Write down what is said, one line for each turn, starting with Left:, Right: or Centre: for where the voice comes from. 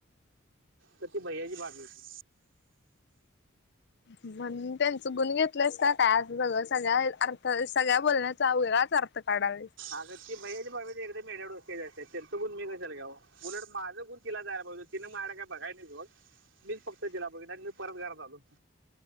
Right: त्या त भैयाची बाजलीची
Left: म्हणून त्यांचं गुण घेतलंयस का काय अस सगळ सगळ्या तर सगळ्या बोलण्याचा वेराच अर्थ काढावे
Right: अगं ती भै्याच बा एकदा मे्या डोक्या जा असत तर तो बण मी कशला गां उलट माझं गुण केला जायला पाहिज तिनने माझड काय बघाय नाहीोड मीच फक्त जिला बघित आणि मी परत घरण्यात आलो